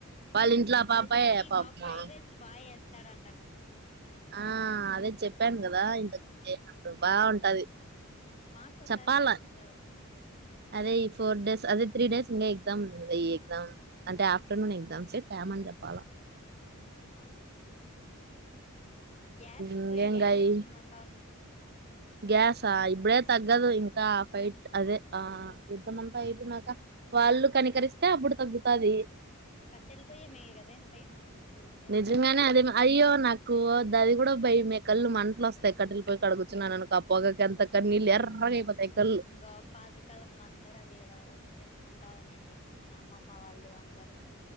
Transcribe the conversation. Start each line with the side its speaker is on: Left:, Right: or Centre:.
Right: వాళ్ళ ఇంట్లో ఆ
Left: వాళ్ళ
Right: పాపాయే
Left: డాడీ
Right: పాపం
Left: బాగా ఫ్రైడ్ రైస్ బాగా చేస్తాడంట కదా
Right: ఆ అదే చెప్పాను కదా ఇంతకే అప్పుడు బాగుంటది
Left: మాకు ఓ
Right: చెప్పాల
Left: సారి తేవచ్చు కదా
Right: అదే ఈ ఫోర్ డేస్ అదే త్రీ డేస్ ఇంకా ఎగ్జామ్ ఉంది ఈ ఎగ్జామ్ అంటే ఆఫ్టర్నూన్ ఎగ్జామ్స్ <unintelligible> చెప్పాలా
Left: ఆ అవున్ గ్యాస్ ఇప్పుడు
Right: ఇంగేంగాయి
Left: రేట్ ఎందుకు ఉందంటావ్
Right: గ్యాసా ఇప్పుడే తగ్గదు ఇంకా ఫైట్ అదే ఆ యుద్ధమంతా అయిపోనక వాళ్ళు కనికరిస్తే అప్పుడు తగ్గుతది
Left: కట్టెలా పొయ్యే మేలు కదా ఎంతైనా ఫుడ్ చేసుకోడానికి
Right: నిజంగానే అది అయ్యో నా కో అది కూడా భై మే కళ్ళు మంటలు వస్తాయి కట్టెలు పోయి కడుగుచున్నా అనుకో ఆ పోగాకి ఎంత కన్నీళ్ళు ఎర్రగా అయిపోతాయి కళ్ళు.
Left: ఇంగా పాతకాలంలో అందరు అవే కదా వాచెస్ ముండా ఉండింది మన అమ్మమ్మ వాళ్ళు అందరూ